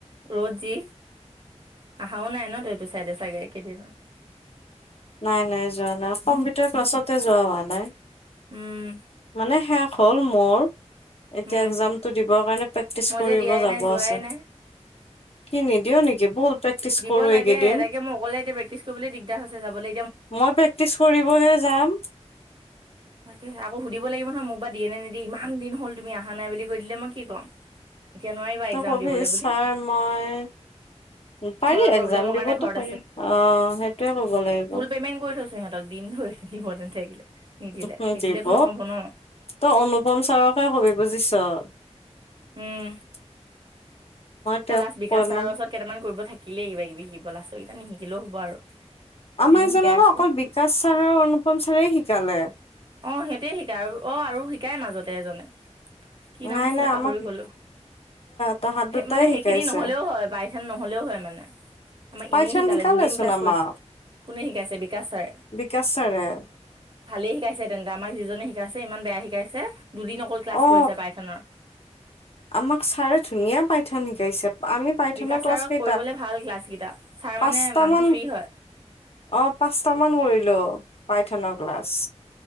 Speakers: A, on the right; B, on the left.
A: ৰ'দ যি, আহাও নাই ন', তই এইটো চাইডে চাগে কেইদিনম।
B: নাই-নাই যোৱা নাই, কম্পিউটাৰ ক্লাছতে যোৱা হোৱা নাই।
A: উম।
B: মানে শেষ হ'ল মোৰ। এতিয়া
A: উম,
B: এক্জামটো দিবৰ কাৰণে প্ৰেক্টিচ
A: মই
B: কৰিব
A: যে দিয়াই
B: যাব
A: নাই যোৱাই
B: আছে।
A: নাই
B: কিনি দিও নেকি, বল প্ৰেক্টিচ
A: দিব
B: কৰো
A: লাগে,
B: এইকেইদিন
A: তাকে মোৰ অকলে এতিয়া প্ৰেক্টিছ কৰিবলৈ দিগদাৰ হৈছে যাবলে।
B: মই প্ৰেক্টিচ কৰিবলৈ যাম।
A: তাকে, আকৌ সুধিব লাগিব নহয়, মোক বা দিয়ে নিদিয়ে, ইমান দিন হ'ল তুমি আহা নাই বুলি কৈ দিলে, মই কি ক'ম।
B: <unintelligible>
A: এতিয়া নোৱাৰিবা। এক্সাম
B: তই কবি,
A: দিবলৈ
B: চাৰ
A: বুলি
B: মই পাৰি,
A: ঘৰৰ প্ৰব্লেমৰ
B: একযাম
A: কাৰণে
B: দিবতো
A: ঘৰত
B: পাৰি, অ', সেইটোয়ে ক'ব লাগিব।
A: পেমেট কৰি থৈছোঁ সিহঁতক। দিম ধৰি লৈ <unintelligible> নাথাকিলে। নিদিলে
B: উম,
A: নিদিলেতো
B: দিব,
A: নহ'ব ন
B: তই অনুপম ছাৰকে কবি বুজিছ। <unintelligible>
A: উম
B: তেওঁক
A: মই লাষ্ট বিকাশ
B: কৈ
A: চাৰৰ
B: মান
A: ওচৰত কেইটামান কৰিব থাকিলেই কিবা-কিবি শিকিব, লাষ্টৰ কেইটা নিশিকিলেও হ'ব আৰু।
B: আমাক
A: কিনো
B: জাননে,
A: শিকাই আছিলে
B: অকল বিকাশ ছাৰ আৰু অনুপম ছাৰে শিকালে।
A: অ', সিহঁতে শিকায়, আৰু অ', আৰু শিকায় মাজতে এজনে। কি নাম
B: নাই
A: আছিলে
B: নাই
A: পাহৰি
B: আমাক
A: গলোঁ,
B: তাহাঁত দুটাই
A: মানে সেইখিনি
B: শিকাইছে
A: নহলেও হয়, বাই। নহলেও হয় মানে, আমাৰ
B: পাইথন
A: এনেই শিকালে
B: শিকালেচোন
A: দুদিন ক্লাছ
B: আমাক
A: কৰিছে। কোনে শিকাইছে, বিকাশ ছাৰে?
B: বিকাশ ছাৰে
A: ভালেই শিকাইছে তেন্তে, আমাক যিজনে শিকাইছে, ইমান বেয়া শিকাইছে, দুদিন অকল ক্লাছ
B: অ
A: কৰিছে পাইথনৰ।
B: আমাক চাৰে ধুনীয়া পাইথান শিকাইছে। আমি পাইথানৰ
A: বিকাশ
B: ক্লাছ
A: ছাৰক
B: কেইটা,
A: কৰিবলৈ ভাল ক্লাছকেইটা ছাৰ
B: পাঁচটা
A: মানে মানুহটো
B: মান
A: ফ্ৰী হয়
B: অ', পাঁচটামান কৰিলোঁ
A: উম
B: পাইথানৰ ক্লাছ।